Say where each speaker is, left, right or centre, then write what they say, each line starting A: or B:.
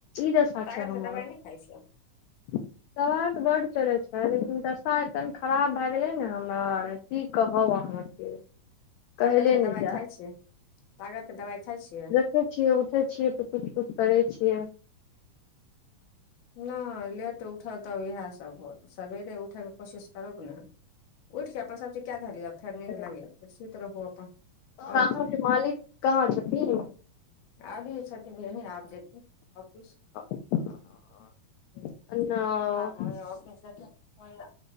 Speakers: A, on the left (about 80°); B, on the left (about 60°).
A: ई दशा
B: ताकतके
A: छै
B: दबाइ नहि खाइ छै।
A: <unintelligible> दवा तऽ बड्ड चलै छै, लेकिन दशा एते खराब भऽ गेलै ने हमर। की कहब अहाँके। कहले
B: तागतके दबाइ
A: ने जा
B: खाइ छियै तागतके दबाइ खाइ छियै?
A: देखियौ, उठैत छी तऽ किछु-किछु करैत छी।
B: नहि, लेट उठब तऽ इएह सभ होयत। सवेरे उठैके कोशिश करब ने। उठि जाओ अपन सभी चीज कैध लिया फेर नीन्द
A: आओर
B: लागैए, फेर सुति रहू अपन,
A: अहाँके
B: आओर की?
A: मालिक कहाँ छथिन
B: अभी छथिन यहीं, आब जेथिन ऑफिस।
A: <inaudible>
B: हँ,
A: नहि
B: आब ओहि ऑफिस जेथिन, ओहि लेल।